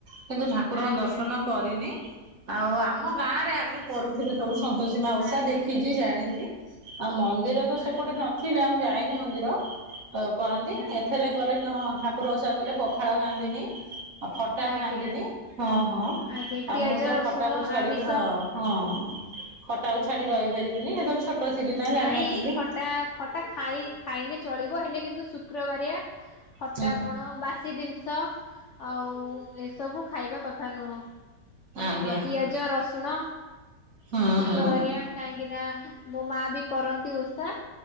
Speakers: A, on the right; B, on the left.
A: କିନ୍ତୁ ଠାକୁରଙ୍କୁ
B: ଆଜ୍ଞା
A: ଦର୍ଶନ କରିନି। ଆଉ ଆମ ଗାଁରେ ଆଗେ କରୁଥିଲେ, ସବୁ ସନ୍ତୋଷୀ ମା ଓସା
B: ଆଜ୍ଞା
A: ଦେଖିଛି ଜାଣିଛି। ଆଉ ମ ଏରା ତ ସେପଟେ
B: ଆଜ୍ଞା
A: ନଥିଲା, ମୁଁ ଯାଇନି ମନ୍ଦିର ତ କରନ୍ତି,
B: ଆଜ୍ଞା
A: ଏଥର ଗଲେ ହ-ହ ଠାକୁର ଓସା କଲେ ପଖାଳ ଖାଆନ୍ତିନି, ଆଉ ଖଟା
B: ଆଜ୍ଞା।
A: ଖାଆନ୍ତିନି ହଁ-ହଁ।
B: ଆଜ୍ଞା ପିଆଜ
A: ଆଉ ମୁଁ ତ
B: ରସୁଣ
A: ଖଟାକୁ ଛାଡିକି,
B: ଆମିଷ
A: ହଁ ହଁ ଖଟାକୁ ଛାଡି ରହିପାରିବିନି, ସେତେବେଳେ ଛୋଟ ଥିଲି ନା ଜାଣିନଥିଲି।
B: ନାଇଁ ଖଟା ଖଟା ଖାଇ ଖାଇଲେ ଚଳିବ, ହେଲେ କିନ୍ତୁ ଶୁକ୍ରବାରିଆ ଖଟା
A: ହୁଁ
B: କଣ ବାସ୍ ସି ଜିନିଷ ଆଉ ଏସବୁ ଖାଇବା କଥା ନୁହଁ।
A: ଆଜ୍ଞା
B: ଆଉ ପିଆ ଜ ରସୁଣ
A: ହଁ
B: ଶୁକ୍ରବାରିଆ
A: ହଁ
B: କାହିଁକି ନା, ମୋ ମା ବି କରନ୍ତି ଓଷା